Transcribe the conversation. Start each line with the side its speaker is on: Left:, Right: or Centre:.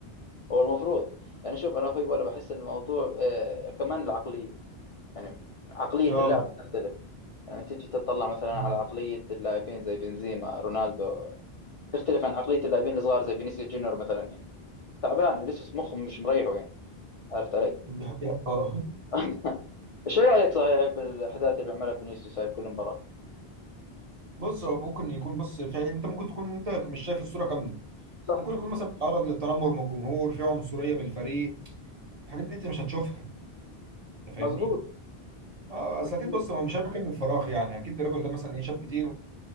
Left: هو المفروض يعني شوف انا اخوي ولا بحس ان الموضوع آه كمان العقليه يعني عقليه
Right: اه
Left: اللاعب تختلف يعني تيجي تطلع مثلا
Right: مم.
Left: على عقليه اللاعبين زي بنزيما رونالدو تختلف عن عقليه اللاعبين الصغار زي فينيسيوس جونيور مثلا يعني تعبان ولسه مخه مش مريحه يعني عرفت علي
Right: ده حقيقة. اه
Left: <laughs> شو رايك صحيح بالاحداث اللي بيعملها فينيسيوس هاي بكل مباراه
Right: بص هو ممكن يكون بص فعلا انت ممكن تكون انت مش شايف الصوره كامله
Left: صح
Right: ممكن يكون مثلا بيتعرض للتنمر من الجمهور في عنصريه من الفريق الحاجات دي انت مش هتشوفها انت فاهمني
Left: مزبوط
Right: اه
Left: مظبوط
Right: اصل اكيد بص هو مش هياكل من الفراغ يعني اكيد الراجل ده مثلا ايه شاف كتير